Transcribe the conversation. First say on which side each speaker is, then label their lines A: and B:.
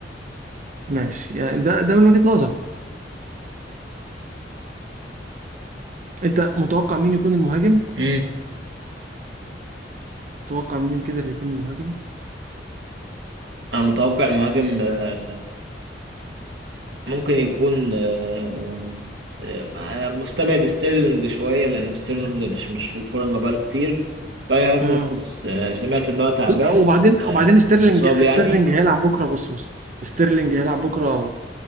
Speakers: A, on the right; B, on the right.
A: ماشي يعني ده ده من وجهة نظر انت متوقع مين يكون المهاجم
B: امم
A: متوقع مين اللي كده اللي يكون المهاجم
B: انا متوقع المهاجم آه، ممكن يكون آه، آه، آه، انا مستبعد ستيرلينج شويه لان ستيرلينج مش مش في الفورم بقاله كتير كاي هافرتز
A: اه
B: آه، سمعت ان هو تعبان
A: لا وبعدين
B: آه،
A: وبعدين ستيرلينج
B: او مصاب يعني
A: ستيرلينج هيلعب بكره بص بص ستيرلينج هيلعب بكره